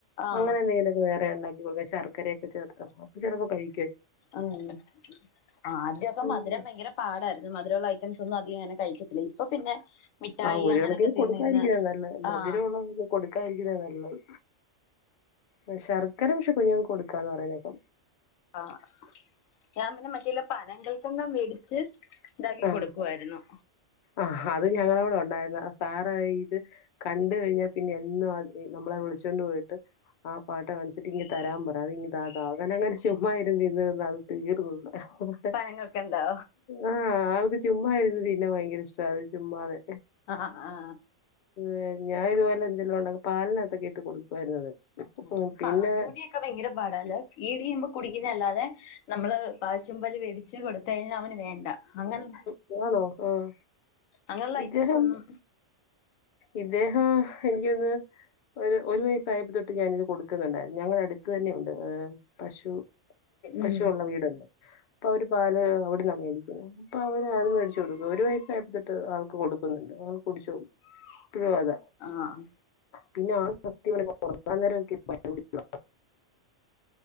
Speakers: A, on the left; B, on the left.
A: ആഹ്
B: അങ്ങനെ എന്തെങ്കിലൊക്കെ വേറെ ഇണ്ടാ <unintelligible> ശർക്കരയെക്കെ ചേർത്തപ്പം ചെൽപ്പോ കഴി
A: ആഹ് ആഹ് ആദ്യൊക്കെ
B: ഉം.
A: മധുരം ഭയങ്കരം പാടാര്ന്നു മധുരവുള്ള ഐറ്റംസൊന്നും അധികം അങ്ങനെ കഴിക്കത്തില്ല ഇപ്പ പിന്നെ മിഠായി
B: ആഹ് ഒര്
A: അങ്ങനെയൊക്കെ
B: കണക്കിന്
A: തിന്ന്
B: കൊടുക്കാതിരിക്ക്യാ
A: തിന്ന്
B: നല്ലത് മധുരവുള്ളതൊക്കെ
A: ആഹ്
B: കൊടുക്കാതിരിക്കിന്നാ നല്ലത് ഉം ശർക്കര പക്ഷേ കുഞ്ഞുങ്ങക്ക് കൊട്ക്കാന്ന് പറയ്ന്നേക്കാ
A: ആഹ് ഞാൻ പിന്നെ മറ്റേല്ലെ പനങ്കൽക്കണ്ടം വേടിച്ച് ഇതാക്കി
B: ആ
A: കൊടുക്കുവാരുന്നു
B: ആഹ് അത് ഞങ്ങളെ അവ്ടെ ഒണ്ടായിരുന്ന സാറായിട്ട് കണ്ട് കഴിഞ്ഞാൽ പിന്നെ എന്നും അത് ഈ നമ്മളെ വിളിച്ചോണ്ട് പോയിട്ട് ആ പാട്ട കാണിച്ച് തിങ്ങ് തരാൻ പറ അതിങ്ങ് താ താ അങ്ങനെ അങ്ങനെ ചുമ്മായിര്ന്ന് ഇര്ന്ന് തിന്ന് അത് തീർന്ന് ത
A: പനങ്ങൾക്കുണ്ടോ
B: ആഹ് ആൾക്ക് ചുമ്മായിര്ന്ന് തിന്നാൻ ഭയങ്കര ഇഷ്ടവാ അത് ചുമ്മാതെ
A: ആഹ് ആഹ് ആഹ്
B: ഏഹ് ഞാൻ ഇതുപോലെ എന്തേലും ഒണ്ടെങ്കി പാലിനാത്തൊക്കെ ഇട്ട് കൊടുക്കുവാര്ന്ന് അത്
A: മ്
B: ഉം പിന്നെ
A: പാലുക്കുടി ക്കാ ഭയങ്കര പാടാല്ലെ ഫീഡെയ്യുമ്പോ കുടിക്കിന്ന അല്ലാതെ നമ്മള് പാശുമ്പാല് വേടി ച്ച് കൊടുത്ത് കഴിഞ്ഞാ അവന് വേണ്ട അങ്ങനെ
B: സുഖാണോ ആഹ്
A: അങ്ങനെയുള്ള
B: ഇദ്ദേഹം
A: ഐറ്റംസ് ഒന്നും
B: ഇദ്ദേഹം എനിക്ക്യ് തോന്നുന്ന് ഒരു ഒരു വയസ്സായപ്പോ തൊട്ട് ഞാനിത് കൊടുക്കുന്നുണ്ടാരുന്നു ഞങ്ങളെ അട്ത്ത് തന്നെയുണ്ട് ഏഹ് പശു പശുവുള്ള
A: ഉം
B: വീട്‌ണ്ട് ഇപ്പ അവര് പാല് അവ്ട്ന്നാ മേടി ക്കിന്നെ ഇപ്പ അവന് അത് വേടിച്ച് കൊടുക്കും ഒരു വയസായപ്പം തൊട്ട് ആൾക്ക് കൊടുക്കുന്നുണ്ട് ആൾ കുടിച്ചും ഇപ്പഴും അതെ
A: ആഹ്
B: പിന്നെ ആള് <unintelligible> അന്നേരം ഇന്ക്ക്യ് പല്ല് പുളിക്കാ